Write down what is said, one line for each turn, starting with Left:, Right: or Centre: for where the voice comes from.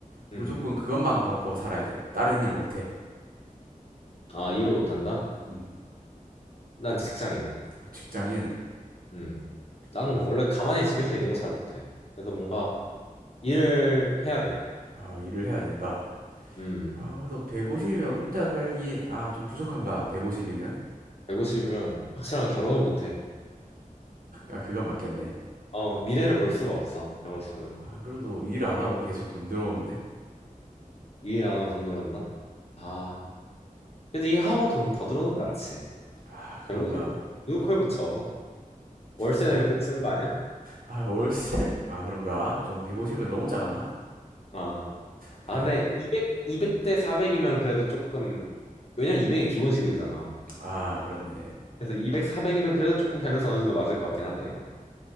Right: 무조건
Left: 음.
Right: 그것만 받고 살아야 돼. 다른 일 못 해.
Left: 아 일을 못한다?
Right: 음.
Left: 난 직장인.
Right: 어, 직장인.
Left: 음. 나는
Right: 어,
Left: 원래 가만히 집에서 있는 거 잘 못해. 그래서 뭔가 일을 해야 돼.
Right: 아, 일을 해야 된다.
Left: 음.
Right: 아, 그래도 150이면 혼자 살기, 아, 좀 부족한가, 150이면?
Left: 150이면 확실한 결혼은 못해.
Right: 야, 그건 맞겠네.
Left: 어, 미래를 볼 수가 없어. 150은.
Right: 아, 그래도 일 안 하고 계속 돈 들어오는데?
Left: 일 안 하고 돈 들어온다? 아. 그래도 일하고 돈 더 들어오는 게 낫지.
Right: 아, 그런가?
Left: 150 누구 코에 붙여. 월세
Right: 아,
Left: 내면 끝이는 거 아니야?
Right: 아, 월세? 아, 그런가? 좀 150은 너무 작았나?
Left: 아.
Right: 오케이,
Left: 아, 근데
Right: 알겠,
Left: 200, 백대 400이면 그래도 조금, 왜냐면 200이 기본 시급이잖아.
Right: 아, 그렇네.
Left: 그래서 200, 400이면 그래도 조금 밸런스 어느 정도 맞을 것 같긴 하다, 이건.